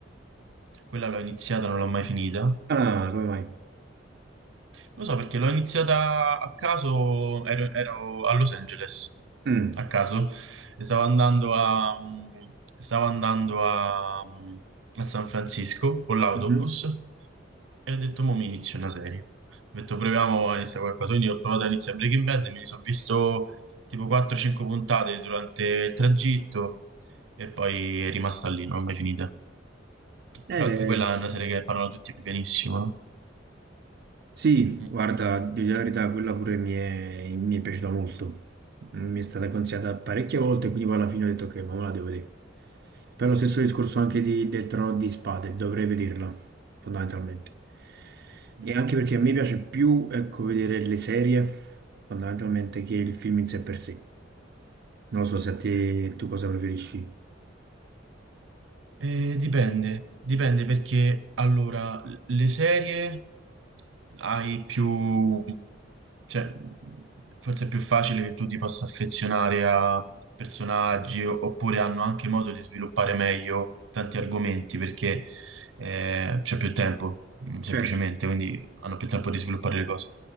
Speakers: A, on the right; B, on the right.
A: quella l'ho iniziata, non l'ho mai finita,
B: Ah, come mai?
A: Lo so perché l'ho iniziata a caso, ero, ero a Los Angeles,
B: Mm.
A: a caso, e stavo andando a, mm, stavo andando a, mm, a San Francisco con l'autobus
B: Mhm.
A: e ho detto, mo mi inizio una serie. Ho detto, proviamo a iniziare qualcosa. Quindi ho provato a iniziare Breaking Bad e mi sono visto tipo 4-5 puntate durante il tragitto e poi è rimasta lì, non l'ho mai finita.
B: Eh,
A: Però anche quella è una serie che parlano tutti benissimo, no?
B: sì,
A: Mm,
B: guarda, di dire la verità, quella pure mi è, mi è piaciuta molto. Mi è stata consigliata parecchie volte, quindi poi alla fine ho detto che ma me la devo vedere. Per
A: mm,
B: lo stesso discorso anche di- del trono di spade, dovrei vederla, fondamentalmente.
A: mm.
B: E anche perché a me piace più, ecco, vedere le serie, fondamentalmente, che il film in sé per sé. Non lo so se a
A: Ok.
B: te tu cosa preferisci.
A: Eh, dipende, dipende perché allora le serie hai più, cioè forse è più facile che tu ti possa affezionare a personaggi o- oppure hanno anche modo di sviluppare meglio tanti argomenti perché eh, c'è più tempo, mm, semplicemente,
B: Certo.
A: quindi hanno più tempo di sviluppare le cose.